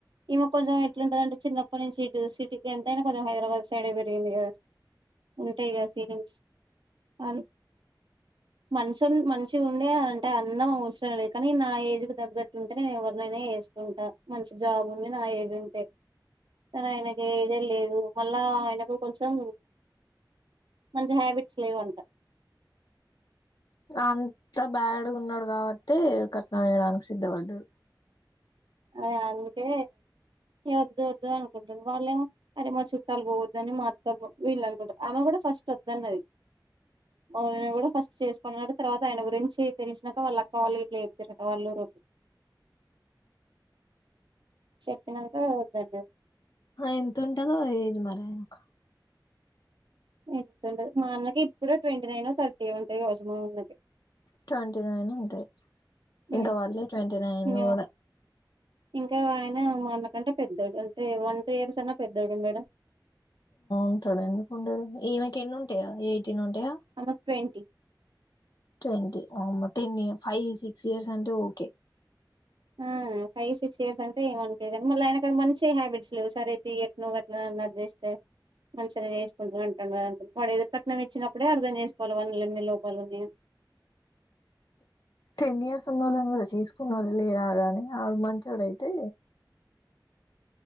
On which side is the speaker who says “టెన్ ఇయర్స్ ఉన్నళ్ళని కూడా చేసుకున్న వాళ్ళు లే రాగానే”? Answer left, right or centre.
Left